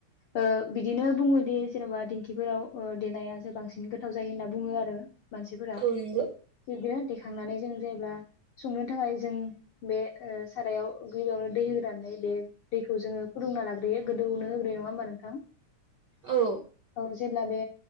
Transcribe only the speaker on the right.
औ नंगौ
औ